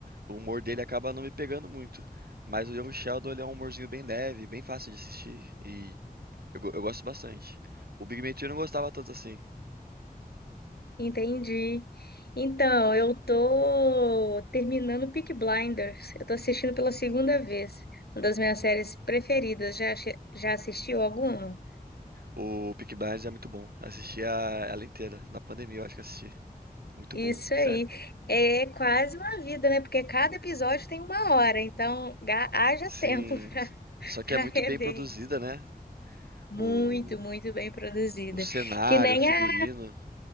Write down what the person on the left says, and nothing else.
Entendi. Então, eu tô terminando Peaky Blinders. Eu tô assistindo pela segunda vez. Uma das minhas séries preferidas. Já, ache- já assistiu alguma?
Isso
aí. É quase uma vida, né? Porque cada episódio tem uma hora, então ga- haja
tempo <laughs> para
para
rever
isso.
Muito,
muito bem produzida.
Que nem
a.